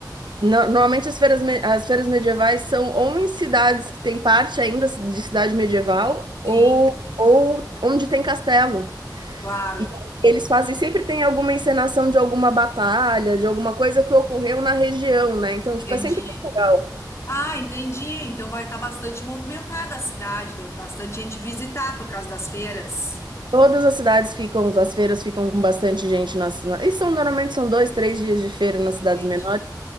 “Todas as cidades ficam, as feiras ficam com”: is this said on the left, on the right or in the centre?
Right